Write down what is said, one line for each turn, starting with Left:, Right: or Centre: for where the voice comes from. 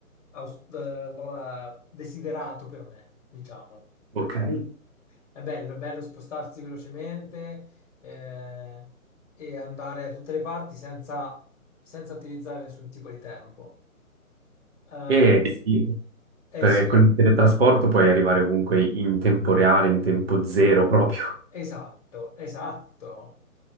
Left: aus- eh, desiderato per me, diciamo.
Right: ok.
Left: È bello, è bello spostarsi velocemente eh, e andare a tutte le parti senza, senza utilizzare nessun tipo di tempo. Eh
Right: E sì,
Left: eh
Right: perché
Left: sì,
Right: con il teletrasporto puoi arrivare ovunque in tempo reale, in tempo zero proprio.
Left: Esatto, esatto.